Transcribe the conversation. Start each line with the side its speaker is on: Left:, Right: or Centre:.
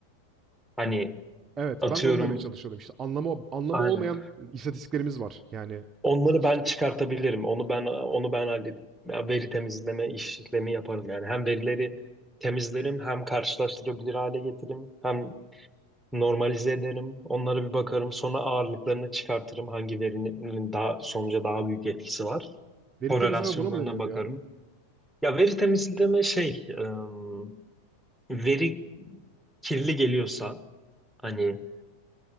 Centre: Hani
Right: Evet,
Centre: atıyorum
Right: ben de onu demeye çalışıyordum İşte Anlamı anlamı
Centre: aynen.
Right: olmayan istatistiklerimiz var. Yani
Centre: Onları
Right: hiçbir
Centre: ben çıkartabilirim. Onu ben onu ben hallederim. Ya veri temizleme işlemi yaparım yani. Hem verileri temizlerim, hem karşılaştırabilir hale getiririm, hem normalize ederim. Onlara bir bakarım. Sonra ağırlıklarını çıkartırım. Hangi verinin daha sonuca daha büyük etkisi var
Right: veri
Centre: korelasyonlarına
Right: temizleme buna mı deniyordu
Centre: bakarım.
Right: ya?
Centre: Ya veri temizleme şey, ım, veri kirli geliyorsa hani